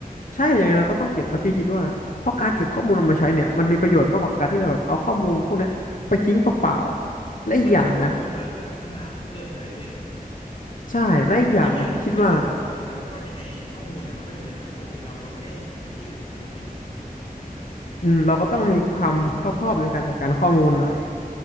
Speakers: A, on the left; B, on the left.
A: ใช่ยังไงเราก็ต้องเก็บนะพี่คิดว่าเพราะการเก็บข้อมูลเอามาใช้เนี่ยมันมีประโยชน์มากกว่าการที่เราแบบเอาข้อมูลพวกเนี้ยไปทิ้งเปล่าๆและอีกอย่างนะ
B: แล้วก็เหมือนเอาข้อมูลมาเพื่อพัฒนาเพิ่มใช่ไหมพี่
A: ใช่และอีกอย่างนะพี่คิดว่า
B: โอ้ยยังไงมันก็ไม่เสี่ยงโดนฟ้องอยู่แล้วเพราะว่ายังไงข้อมูลอะมันก็อยู่ในฐานข้อมูลเราเราไม่ได้เอาไปที่อื่นอยู่แล้วนี่พี่
A: อืมเราก็ต้องมีความรอบคอบในการจัดการข้อมูลหน่อย